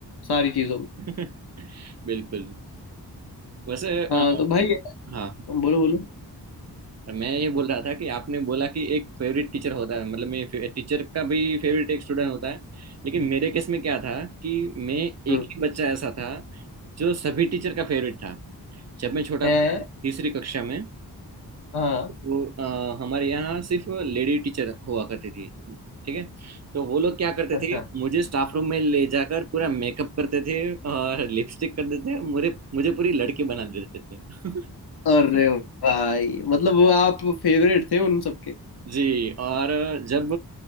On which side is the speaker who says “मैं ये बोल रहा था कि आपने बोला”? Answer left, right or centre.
Right